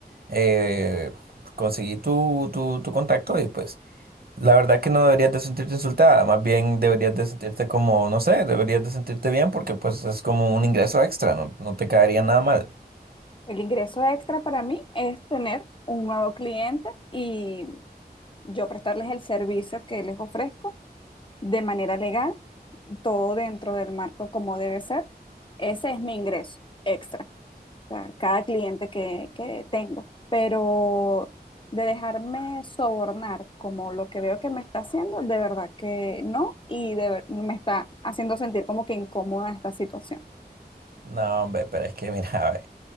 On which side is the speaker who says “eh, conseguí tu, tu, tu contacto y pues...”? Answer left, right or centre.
Right